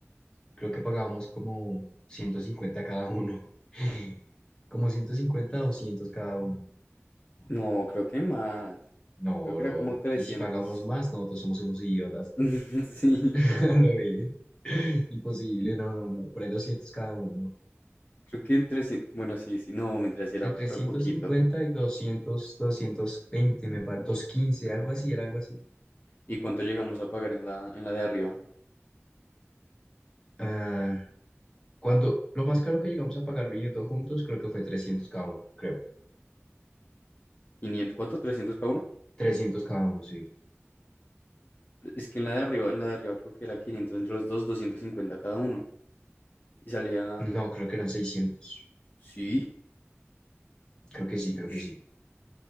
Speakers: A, on the left (about 15°); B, on the left (about 45°).
A: creo que pagábamos como 150 cada uno. <laughs> Como ciento cincuenta doscientos cada uno.
B: No, creo que más.
A: No,
B: Creo que
A: bro.
B: era como trescientos
A: Y si pagamos más, nosotros somos unos idiotas.
B: <laughs> Sí,
A: <laughs> Lo bien. <laughs> Imposible, no, no, no. Por ahí 200 cada uno.
B: creo que en trescientos Bueno, sí, sí, no, mentira, sí era
A: Entre
B: re
A: ciento
B: poquito.
A: cincuenta y doscientos doscientos veinte me parece. doscientos quince algo así, era algo así.
B: ¿Y cuánto llegamos a pagar en la, en la de arriba?
A: Ah, cuando lo más caro que llegamos a pagar viviendo juntos, creo que fue 300 cada uno, creo.
B: quinientos ¿cuánto? trescientos cada uno?
A: trescientos cada uno, sí.
B: Es que en la de arriba, en la de arriba creo que era quinientos entre los dos, doscientos cincuenta cada uno. Y salía,
A: No, creo que eran seiscientos
B: ¿sí?
A: Creo que sí,
B: Ush.
A: creo que sí.